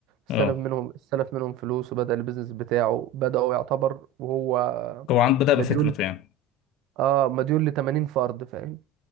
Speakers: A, on the right; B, on the left.
A: استلف
B: اه
A: منهم استلف منهم فلوس وبدأ البيزنس بتاعه بدأوا يعتبر وهو
B: هو عن بدأ بفكرته
A: مديون
B: يعني
A: اه مديون ل 80 فرد فاهم